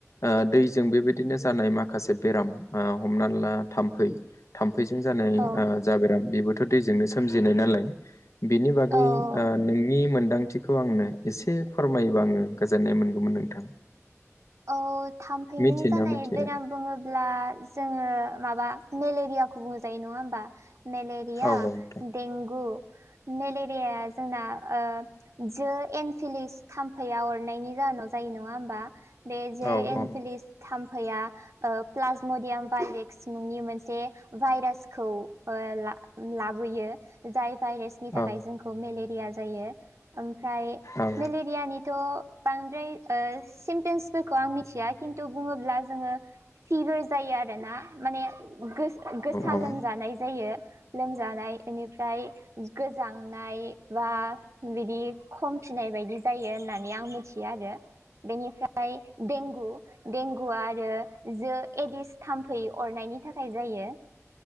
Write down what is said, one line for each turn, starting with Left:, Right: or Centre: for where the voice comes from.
Left: ओ दै जों बेबायदिनो जानाय माखासे बेराम ओ हमना ला थाम्फै थाम्फैजों जानाय
Right: औ
Left: ओ जा बेराम बेबोथ' दैजोंनो सोमजिनाय नालाय। बेनि बागै
Right: औ
Left: ओ नोंनि मोन्दांथि खौ आंनो एसे फोरमायोबा आङो गोजोननाय मोनगौमोन नोंथां।
Right: औ थाम्फैजों
Left: मिथियोना
Right: जानाय
Left: मिथिया
Right: बेराम बुङो ब्ला जोङो माबा मेलेरियाखौ बुंजायो नङा होमबा मेले रिया
Left: औ नोंथां
Right: देंगु नेलेरियाया जोंना ओ जो एन्फिलिस थाम्फैया अरनायनि जाहोनाव जायो नङा होमबा? बे जे
Left: औ
Right: एन्फिलिस
Left: औ
Right: थाम्फैया ओ प्लाज्मडियाम भाइरेक्स मुंनि मोनसे भाइरासखौ ओ ला लाबोयो जाय भाइरेस नि थाखाय
Left: औ
Right: जोंखौ मेलेरिया जायो ओमफ्राय
Left: औ
Right: मेलेरियानिथ' बांद्राय ओ सिमटिम्सफोरखौ आं मिथिया किन्तु बुङोब्ला जोङो फिबारज जायो आरोना माने गोस-गोसा
Left: औ
Right: लोमजानाय जायो। लोमजानाय एनिफ्राय गोजांनाय बा बिदि खमफिनाय बायदि जायो होननानै आं मिथियो आरो बेनिफ्रा फ्राय देंगु देंगु आरो जो एडिस थाम्फै अरनायनि थाखाय जायो।